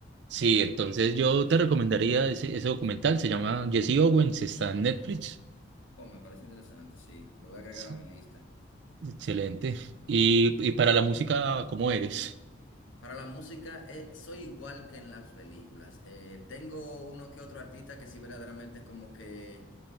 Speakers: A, on the right (about 60°); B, on the left (about 80°).
A: Sí, entonces yo te recomendaría ese, ese documental, se llama Jesse Owens, está en Netflix.
B: Oh, me parece interesante, sí. Lo voy a agregar
A: Sí,
B: a mi lista.
A: excelente. Y, y para la música, ¿cómo eres?
B: Para la música, eh, soy igual que en las películas. Eh, tengo uno que otro artista que sí verdaderamente como que